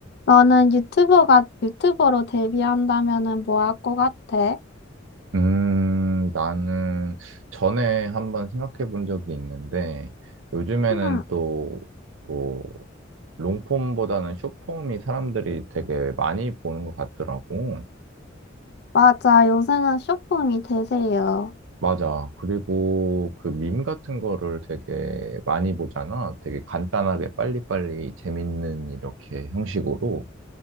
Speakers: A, on the left; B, on the right.
A: 너는 유튜버가, 유튜버로 데뷔한다면은 뭐 할 것 같아?
B: 음, 나는 전에 한번 생각해 본 적이 있는데, 요즘에는
A: 응,
B: 또, 뭐, 롱폼보다는 숏폼이 사람들이 되게 많이 보는 것 같더라고.
A: 맞아. 요새는 쇼폼이 대세예요.
B: 맞아. 그리고 그 밈 같은 거를 되게 많이 보잖아. 되게 간단하게 빨리빨리 재밌는 이렇게 형식으로.